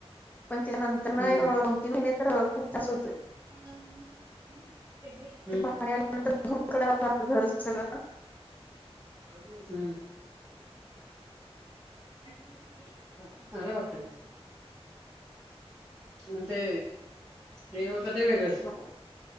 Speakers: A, on the left; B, on the right.
A: पण त्याच्या नंतर ना
B: हम्म
A: दोन तीन महिने तर खूप तास होतोय.
B: <unintelligible>
A: पानंतरवं लागत घर सगळं
B: हम्म. ह का भापश आणि ते हे होतं ते वेगळच
A: नको